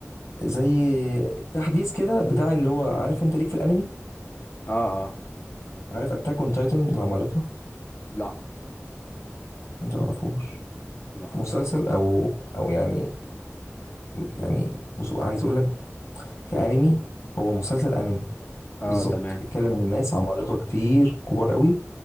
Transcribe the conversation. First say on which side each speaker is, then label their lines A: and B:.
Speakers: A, on the left (about 75°); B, on the left (about 40°).
A: زي تحديث كده بتاع اللي هو عارف انت ليك في الانمي
B: اه اه
A: عارف اتاك اون تايتن العمالقه
B: لا
A: ما تعرفوش
B: لا
A: مسلسل
B: لا
A: او او يعني يعني مس- عايز اقول لك كانمي هو مسلسل انمي
B: اه
A: بالظبط
B: تمام
A: بيتكلم عن ناس عمالقه كتير كبار قوي